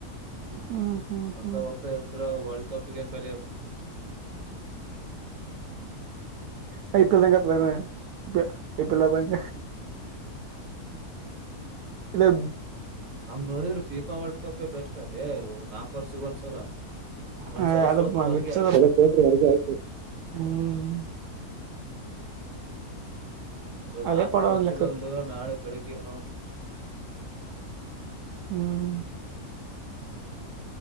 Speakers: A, on the right; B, on the right.
A: ಹ್ಮ್ ಹ್ಮ್
B: ವರ್ಷ
A: ಹ್ಮ್
B: ವರ್ಷ ಇದ್ರ ವರ್ಲ್ಡ್ ಕಪ್ಗೇನು ಬೆಲೆ ಇರ್ತು
A: ಹ ಇಪ್ಪ ತಕ ಇ ಇಪ್ಪಲ್ಲ ಬಕ ಇಲ್ಲ
B: ಹಂಗ್ ನೋಡಿದ್ರೆ ಫಿಫಾ ವರ್ಲ್ಡ್ ಕಪ್ ಬೆಸ್ಟ್ ಅದೇ ಒ ನಾಲ್ಕು ವರ್ಷಗ ಒಂದ್ಸಲ ಒಂದ್ಸಲ
A: ಹ ಅ
B: ಸೋತ್ರ
A: ಆಯ್ತು
B: ಹೊರಗೆ
A: ಹ್ಮ್ <inaudible>
B: ಇವತ್ತ
A: ಅದೇ ಪಡ
B: ಪೋರ್ಚುಗಲ್ದ
A: ಒಂದ್ ಲೆಕ್ಕಕ್ಕೆ
B: ನಾಳೆ ಬೆಳಿಗ್ಗೆಏನ
A: ಹ್ಮ್